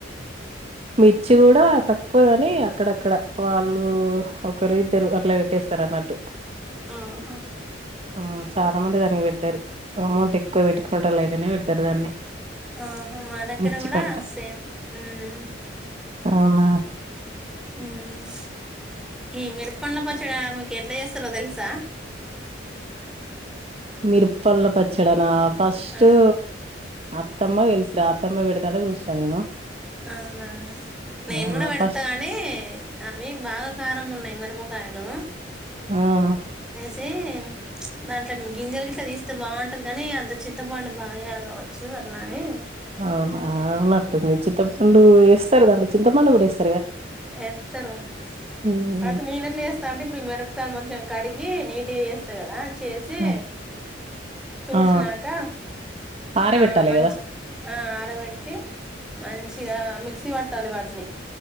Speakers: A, on the right; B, in the centre.
A: మిర్చి కూడా తక్కువగ న్నీ అక్కడక్కడ వాళ్ళు ఒక్కరూ ఇద్దరూ అట్ల పె టేస్తర్ అన్నట్టు
B: ఆహా
A: ఉమ్ చాలా మంది దాన్ని పెట్టారు అమౌంట్ ఎక్కువ పెట్టుకోడం లేదని తనే పెడతారు దాన్ని
B: ఆహా మా దగ్గర
A: మిర్చి
B: కూడా
A: పంట
B: సేమ్ ఉమ్
A: అవునా
B: ఉమ్ ఈ మిరపండ్ల పచ్చడ మీకు ఎట్లా చేస్తరో తెలుస
A: మిరపళ్ళ పచ్చడనా ఫస్ట్టా
B: ఆ
A: అత్తమ్మ తెలి శ్రా ఆతమ్మ పెడుతుంటే చూస త నేను
B: అవునా నేను
A: అవునా
B: కూడ పెడతా
A: ఫస్ట్
B: గానీ అవి బాగ కారం ఉన్నాయి మేరపకాయలు
A: ఆహ
B: యితే దాంట్లో గింజలు గిట్ల తీస్తే బాగుంటది గాని అంత చింతపండు బాగోదు కావచ్చు అట్లానే
A: అవునా ఉన్నట్టుంది చింత ఉండు వేస్తారు దాంట్లో చింతపండు కూడా ఇస్తారు
B: ఎంత రూమ్ ఎత్తరు
A: ఉమ్
B: అది నేను ఎట్ల చేస్తానండి ఇప్పుడు మిరపకాయ మొచెం కడిగి నీటిగా చేస్తా కదా చేసి
A: ఆ
B: తూర్ష్నాక
A: ఆ, ఆరబెట్టాలి
B: ఆ మంచి
A: కదా
B: ఆ ఆరబెట్టి మంచిగా మిక్సీ పట్టాలి వాటిని